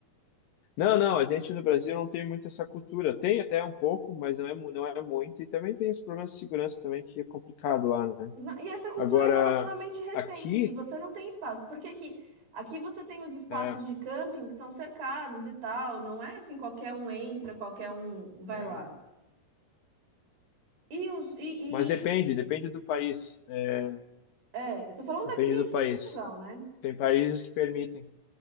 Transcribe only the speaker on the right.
Na- E essa cultura
é relativamente recente
e você não tem espaço. Porque aqui, aqui você tem os espaços
de camping que são cercados e tal. Não é assim, qualquer um entra, qualquer um vai
lá. E os e, e-
é, eu tô falando
daqui
aqui
em Portugal, né?